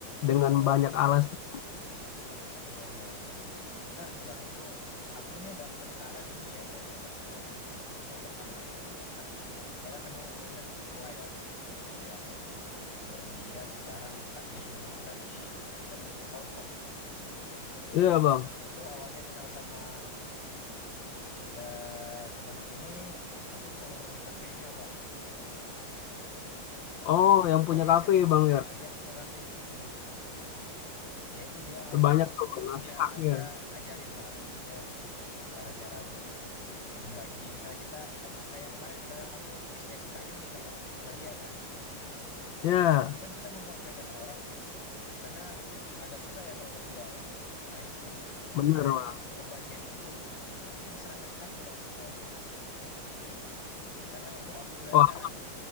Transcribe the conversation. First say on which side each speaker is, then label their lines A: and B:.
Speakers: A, on the left; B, on the left.
A: dengan
B: ah,
A: banyak alasan.
B: iya iya iya iya. Benar sih Bang, itu aku nih dapet saran ini ya dari temanku yang berbisnis yang pertama itu Bang. Karena dia kan memang umurnya lebih tua ya dibandingkan aku ya. Umur dia sekarang 45 berarti beda 20 tahun Bang.
A: Iya bang.
B: Itu awalnya kenal sama eh, temanku nih, aku suka nongkrong di kafenya Bang.
A: Oh, yang
B: Dari
A: punya kafe
B: SMA,
A: bang ya.
B: yang punya kafe itu. Ya itu dia akhirnya
A: Banyak tuh nasihatnya.
B: dia dia ajarin lah, maksudnya Cara-cara nge membagi misalnya kita et kayak kemarin misalnya aku bisnis kayu nih sama sama dia kan.
A: Ya,
B: Itu kan kita memperkerjakan orang, Bang. Karena agak susah ya kalau berdua ya. Nah, itu
A: bener bang.
B: pembagian itu itu diserahkan ke aku, Bang, semuanya. Karena untuk aku belajar.
A: Wah,